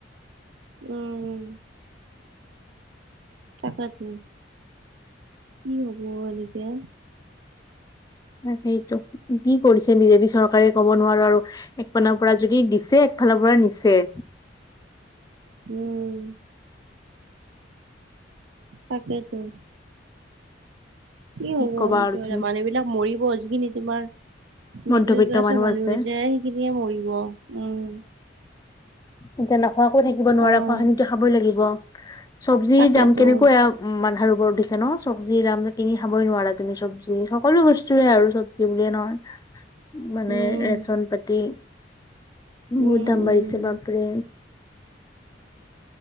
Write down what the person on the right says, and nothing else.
উম'। তাকেটো, কি হ'ব এনেকে?
উম', তাকেইতো। কি হ'ব
এনেকে
হলে?
মানুহবিলাক মৰিব, যিখিনি তোমাৰ
মিডিল ক্লাছৰ মানুহ
হৈছে, সেইখিনিয়ে মৰিব, উম।
অ'
তাকেতো।
উম,
উম,
উম।